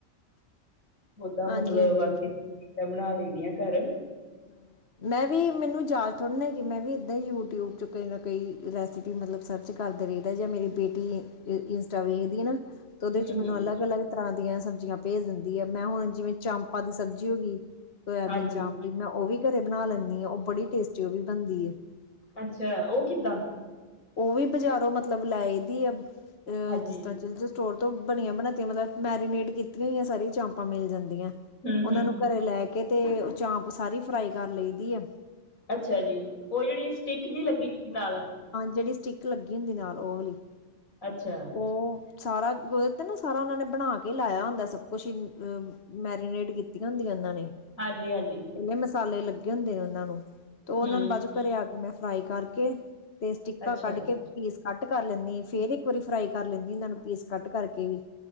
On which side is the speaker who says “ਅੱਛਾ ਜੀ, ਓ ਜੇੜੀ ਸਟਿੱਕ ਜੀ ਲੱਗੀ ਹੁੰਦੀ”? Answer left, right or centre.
Left